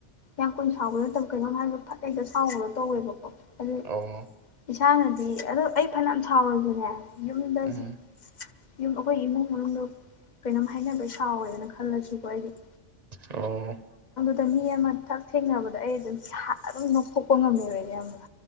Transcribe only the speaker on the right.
ꯑꯣ
ꯎꯝ
ꯑꯣ